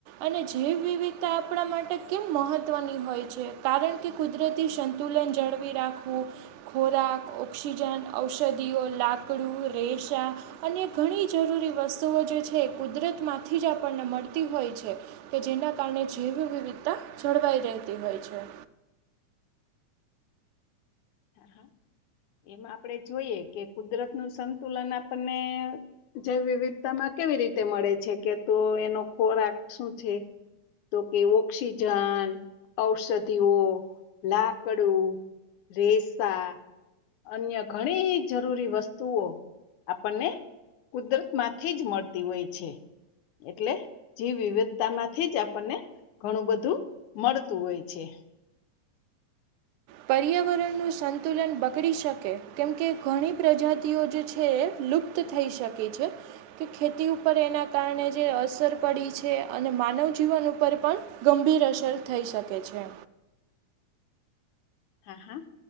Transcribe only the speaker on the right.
અને જૈવ વિવિધતા આપણા માટે કેમ મહવ? હોય છે, કારણ કે કુદરતી સંતુલન જાળવી રાખવું. ખોરાક, ઓક્સિજન, ઔષધિઓ, લાકડું, રેશા. અને ઘણી જરૂરી વસ્તુઓ જે છે, એ કુદરત માંથી જ આપણને મળતી હોય છે. કે જેના કારણે જેવી વિવિધતા જળવાઈ રહેતી હોય છે.
પર્યાવરણનું સંતુલન બગડી શકે કેમકે ઘણી પ્રજાતિઓ જે છે એ લુપ્ત થઈ શકે છે કે ખેતી ઉપર એના કારણે જે અસર પડી છે અને માનવ જીવન ઉપર પણ ગંભીર અસર થઈ શકે છે